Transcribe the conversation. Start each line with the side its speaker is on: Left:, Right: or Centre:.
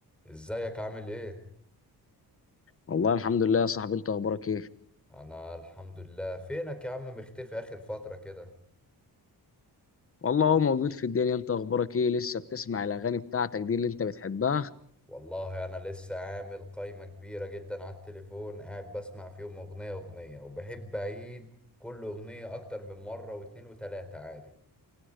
Centre: ازيك عامل ايه؟
Left: والله الحمد لله يا صاحبي انت اخبارك ايه
Centre: انا الحمد لله فينك يا عم مختفي اخر فترة كده
Left: والله هو موجود في الدنيا انت اخبارك ايه لسه بتسمع الاغاني بتاعتك دي اللي انت بتحبها
Centre: والله انا لسه عامل قايمة كبيرة جدا على التليفون قاعد بسمع فيهم اغنية اغنية وبحب اعيد كل اغنية اكتر من مرة واتنين وتلاتة عادي